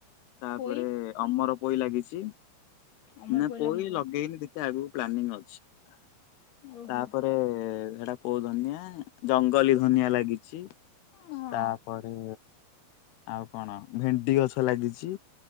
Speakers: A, on the left (about 75°); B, on the left (about 60°).
A: ତାପରେ
B: ପୋଇ
A: ଅମର ପୋଇ ଲାଗିଚି।
B: ଅମର
A: ନା ପୋଇ
B: ଲାଗିଛି
A: ଲଗେଇନି ଦେ ସେ ଆଗୁକୁ ପ୍ଲାନିଂ ଅଛି।
B: ଓହୋ
A: ତାପରେ ହେଟା କୋଉ ଧନିଆ? ଜଙ୍ଗଲୀ ଧନିଆ ଲାଗିଚି
B: ହଁ
A: ତାପରେ ଆଉ କଣ ଭେଣ୍ଡି ଗଛ ଲାଗିଚି।